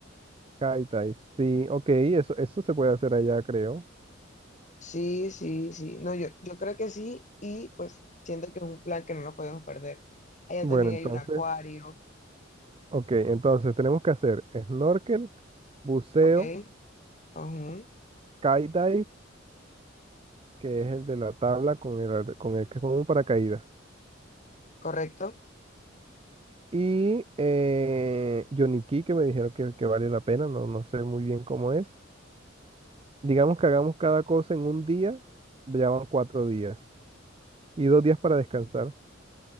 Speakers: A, on the right (about 30°); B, on the left (about 40°).
A: skydive, sí, ok, eso, eso se puede hacer allá, creo.
B: Sí, sí, sí. No, yo, yo creo que sí, y pues siento que es un plan que no nos podemos perder. Allá
A: Bueno,
B: también
A: entonces,
B: hay un acuario,
A: ok, entonces tenemos que hacer snorkel, buceo,
B: ¿ok? Ujú,
A: skydive, que es el de la tabla con el, ar- con el que es con un paracaídas.
B: Correcto.
A: Y eh, Johnny Key, que me dijeron que, que vale la pena, no, no sé muy bien cómo es. Digamos que hagamos cada cosa en un día, ya van cuatro días y dos días para descansar.